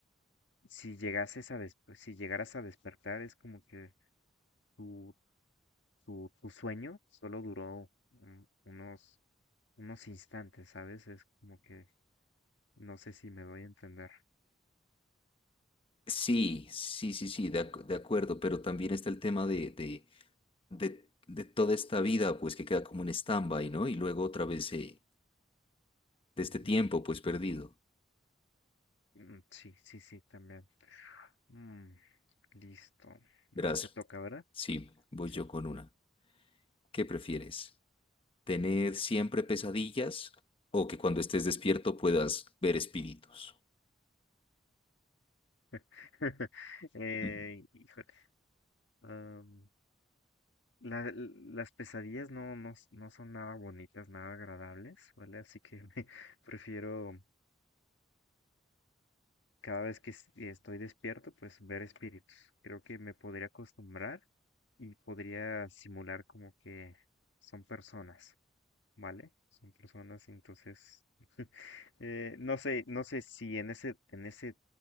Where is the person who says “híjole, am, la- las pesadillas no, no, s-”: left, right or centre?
Left